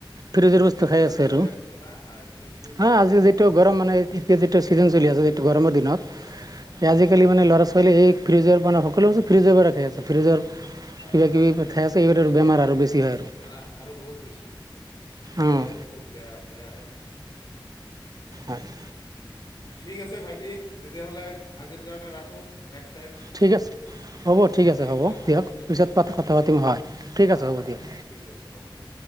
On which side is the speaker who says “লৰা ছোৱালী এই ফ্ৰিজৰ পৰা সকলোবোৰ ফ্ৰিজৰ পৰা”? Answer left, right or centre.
Right